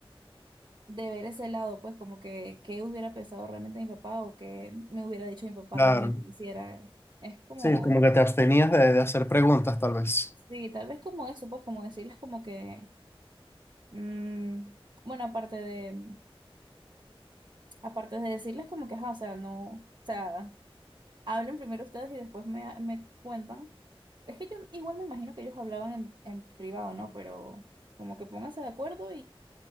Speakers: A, on the right (about 50°); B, on the left (about 25°).
A: de ver ese lado, pues como que qué hubiera pensado realmente mi papá o qué me hubiera dicho mi papá
B: claro.
A: realmente que hiciera Es como,
B: Sí, como que te abstenías de, de hacer preguntas, tal vez.
A: sí, tal vez como eso, pues como decirles como que, mm, bueno, aparte de, aparte de decirles como que, ajá, o sea, no, o sea, hablen primero ustedes y después me, me cuentan. Es que yo igual me imagino que ellos hablaban en, en privado, ¿no? Pero como que pónganse de acuerdo